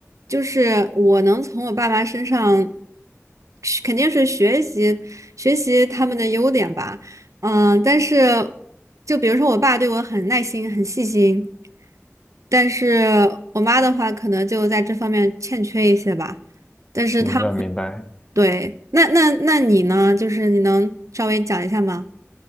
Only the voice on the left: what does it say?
明白，明白。